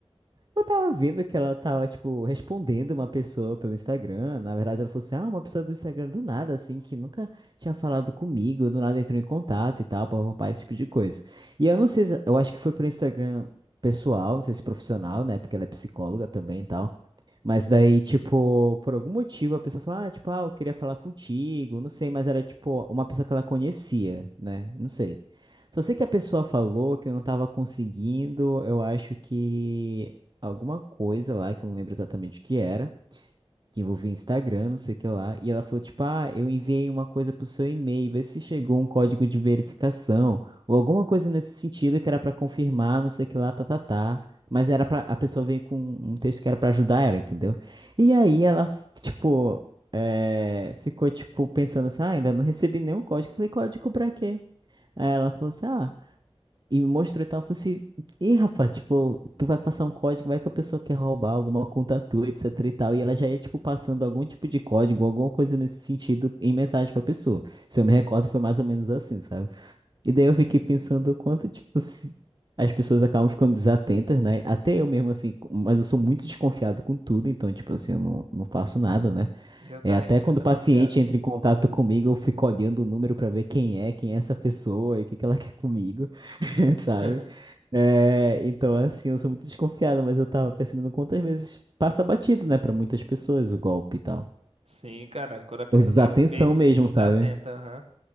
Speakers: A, on the right; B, on the right.
A: eu tava vendo que ela tava, tipo, respondendo uma pessoa pelo Instagram. Na verdade, ela falou assim: ah, uma pessoa do Instagram do nada, assim, que nunca tinha falado comigo, do nada entrou em contato e tal, papapá, esse tipo de coisa. E eu não sei, se- eu acho que foi pro Instagram pessoal, não sei se profissional, né? Porque ela é psicóloga também e tal. Mas daí, tipo, por algum motivo a pessoa fala, ah, tipo, ah, eu queria falar contigo, não sei, mas era, tipo, uma pessoa que ela conhecia, né? Não sei. Só sei que a pessoa falou que eu não tava conseguindo, eu acho que alguma coisa lá, que eu não lembro exatamente o que era que envolvia Instagram, não sei o que lá. E ela falou, tipo, ah, eu enviei uma coisa pro seu e-mail, vê se chegou um código de verificação, ou alguma coisa nesse sentido que era pra confirmar, não sei o que lá, tá, tá, tá. Mas era pra, a pessoa veio com um texto que era pra ajudar ela, entendeu? E aí ela, tipo, eh, ficou, tipo, pensando assim, ah, ainda não recebi nenhum código. Falei, código pra quê? Aí ela falou assim, ah, e me mostrou e tal, eu falei assim, ih, rapaz, tipo, tu vai passar um código, vai que a pessoa quer roubar alguma conta tua, etc e tal, e ela já ia, tipo, passando algum tipo de código, alguma coisa nesse sentido, em mensagem pra pessoa. Se eu me recordo, foi mais ou menos assim, sabe? E daí eu fiquei pensando o quanto, tipo, se- as pessoas acabam ficando desatentas, né? Até eu mesmo, assim, com- mas eu sou muito desconfiado com tudo, então, tipo assim, eu não, não faço nada, né?
B: Eu também
A: É, até
B: sou
A: quando
B: desconfiado.
A: o paciente entra em contato comigo, eu fico olhando o número para ver quem é, quem é essa pessoa e o que que ela quer comigo, <laughs> sabe?
B: <laughs>
A: É, então, assim, eu sou muito desconfiado, mas eu tava percebendo quantas vezes passa batido, né, para muitas pessoas o golpe e tal.
B: Sim, cara, quando a pessoa
A: Por desatenção
B: tá bem des-
A: mesmo,
B: desatenta,
A: sabe?
B: aham.